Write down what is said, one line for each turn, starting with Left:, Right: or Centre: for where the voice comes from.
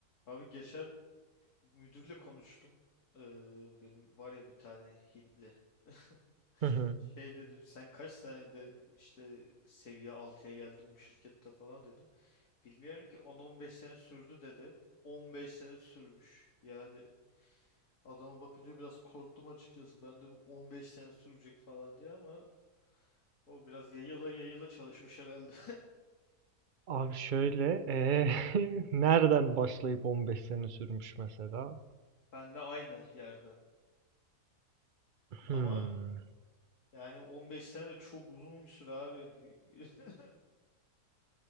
Left: Abi geçen müdürle konuştum. Ee, benim var ya bir tane Hintli. <laughs>
Right: Hı hı.
Left: Şey dedim sen kaç senede işte seviye altıya geldin bu şirkette falan dedim. Bilmiyorum ki 10-15 sene sürdü dedi. 15 sene sürmüş. Yani adama bakınca biraz korktum açıkçası. Ben de bu 15 sene sürecek falan diye ama o biraz yayıla yayıla çalışmış herhalde.
Right: Abi şöyle, eee, <laughs> nereden başlayıp 15 sene sürmüş mesela?
Left: <laughs> Benle aynı yerde.
Right: Hmm.
Left: Ama yani 15 sene de çok uzun bir süre abi. <laughs>